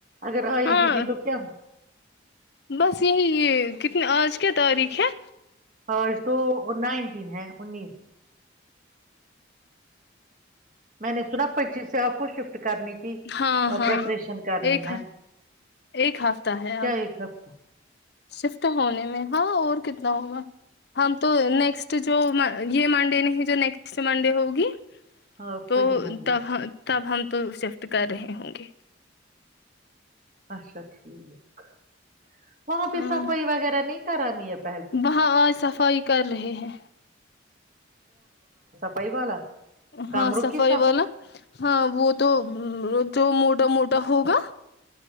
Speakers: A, on the right; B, on the left.
A: اگر آئے
B: ہاں
A: گی ت تو کیا ہو
B: بس یہی یہ کتنے آج کیا تاریخ ہے
A: اور تو نائن تین ہے انیس میں نے سنا پرچیز سے آپ کو شف کرنی کی
B: ہاں
A: پرریپریشن
B: ہاں
A: کرنی
B: ایک
A: ہے
B: ایک ہفتہ ہے
A: کیا
B: اب
A: ایک ہفت
B: شفٹ ہونے میں ہاں اور کتنا ہوگا ہم تو نیکسٹ جو یہ منڈے نہیں جو نیکسٹ منڈے ہوگی
A: آپ
B: تو
A: وہی ہوں گے
B: ت تب ہم تو شفٹ کر رہے ہوں گے
A: اچھا ٹھیک وہاں پ
B: ہاں
A: صفائی وغیرہ نہیں کررانی آپ
B: وہاں آج صفائی کر رہے ہیں
A: پائی والا
B: ہاں
A: کمروں
B: صفائی
A: کی
B: والا ہاں وہ تو جو موڈ موٹا موٹا ہوگا